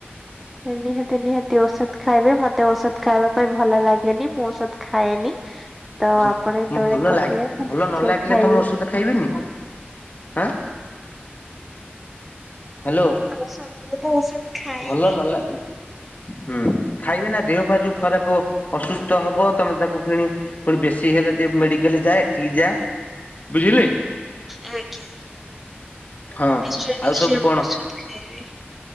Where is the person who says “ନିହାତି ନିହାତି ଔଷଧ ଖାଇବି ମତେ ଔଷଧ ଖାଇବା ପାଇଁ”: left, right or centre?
Centre